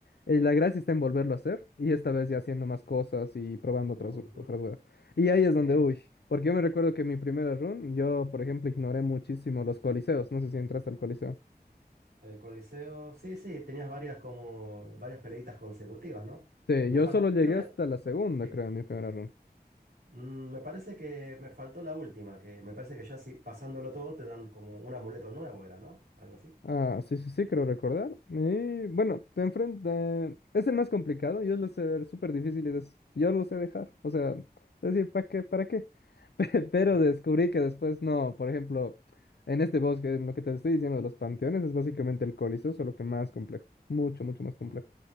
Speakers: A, on the left; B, on the right.
A: Eh, la gracia está en volverlo a hacer, y esta vez ya haciendo más cosas y probando
B: Ujú.
A: otras, otras y ahí es
B: Sí,
A: donde, uy, porque yo me recuerdo que en mi primera run, yo, por ejemplo, ignoré muchísimo los coliseos, no sé si entraste al coliseo.
B: el Coliseo. Sí, sí, tenías varias como varias peleitas consecutivas, ¿no?
A: Sí,
B: Me
A: yo
B: fal...
A: solo llegué
B: Creo que
A: hasta la segunda,
B: sí.
A: creo, en mi primera run.
B: Mm, me parece que me faltó la última, que me parece que ya si pasándolo todo te dan como un amuleto nuevo, era, ¿no? Algo así.
A: Ah, sí, sí, sí, creo recordar. Y bueno, te enfrenta. Es el más complicado. Yo lo sé ver súper difícil y des- yo lo sé dejar. O sea, decir, ¿para qué? ¿Para qué? <laughs> Pe- Pero
B: Mm,
A: descubrí que después no. Por ejemplo, en este bosque, en lo que te estoy diciendo de los panteones, es básicamente el Coliseo, solo que más complejo. Mucho, mucho más complejo.
B: mm.